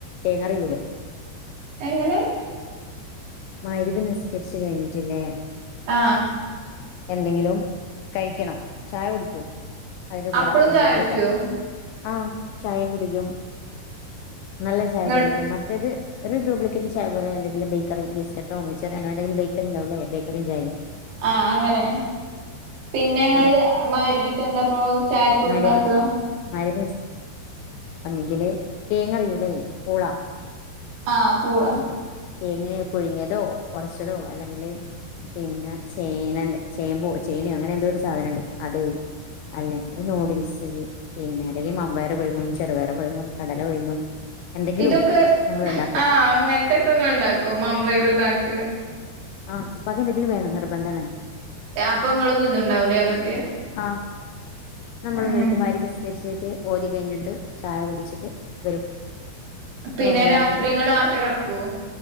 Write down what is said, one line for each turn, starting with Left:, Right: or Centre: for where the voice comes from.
Left: കേങ്ങറിയൂലെ
Right: എങ്ങനെ
Left: മഗ്രിബ് നിസ്കരിച്ച് കഴിഞ്ഞിട്ടില്ലേ
Right: ആ
Left: എന്തെങ്കിലും കഴിക്കണം ചായ കുടിക്കൂ അതിന്റെ കൂടെ
Right: അപ്പളും
Left: എന്തെങ്കിലൊക്കെ
Right: ചായ കുടിച്ചോ
Left: ആ ചായയും കുടിക്കും നല്ല ചായ
Right: ഇങ്ങ
Left: കുടിക്കും മറ്റേത് ഒരു ഡ്യൂപ്ലിക്കേറ്റ് ചായ പോലെ എന്തെങ്കിലും ബേക്കറി ബിസ്ക്കറ്റോ മിച്ചറോ അങ്ങനെന്തെങ്കിലും ബേക്കറി ഉണ്ടാവൂല്ലേ ബേക്കറിം ചായിം
Right: ആ അങ്ങനെ പിന്നെ ഇങ്ങള്
Left: അങ്ങനെ
Right: മഗ്‌രിബിക്ക് എന്താപ്പം ചായക്ക്
Left: മഗ്‌രിബ്
Right: ഇണ്ടാക്കാ
Left: മഗ്‌രിബ് ഒന്നെങ്കില് കേങ്ങറിയൂലെ പൂളാ
Right: ആ പൂളാ
Left: കേങ്ങ് പുഴുങ്ങേതോ ഒടച്ചതോ അല്ലെങ്കില് പിന്നെ ചേന ചേമ്പോ ചേനയോ അങ്ങനെ എന്തോ ഒരു സാധനംണ്ട് അ അല്ലെങ്കിൽ നൂഡിൽസ് പിന്നെ അല്ലെങ്കിൽ മമ്പയർ പുഴുങ്ങും ചെറുപയർ പുഴുങ്ങും കടല പുഴുങ്ങും എന്തെങ്കിലും
Right: ഇതൊക്കെ
Left: നമ്മൾ ഉണ്ടാക്കും
Right: ആ അങ്ങനത്തെക്കെങ്ങള്ണ്ടാക്കും മമ്പയർ ഇതാക്ക്
Left: ആ ഉപ്പാക്ക് എന്തെങ്കിലും വേണം നിർബന്ധാണ്
Right: അപ്പങ്ങളും തിന്ന്ണ്ടാവുല്ലെ അതൊക്കെ
Left: ആഹ് നമ്മളും
Right: ഉം
Left: കഴിക്കും മഗ്‌രിബ് നിസ്കേര്ച്ചിട്ട് ഓതി കഴിഞ്ഞിട്ട് ചായ കുടിച്ചിട്ട് വരും
Right: പിന്നെ
Left: റൂമില്
Right: രാത്രി
Left: വന്ന്
Right: ഇങ്ങള് നാര്ത്തെ കട്ക്കൊ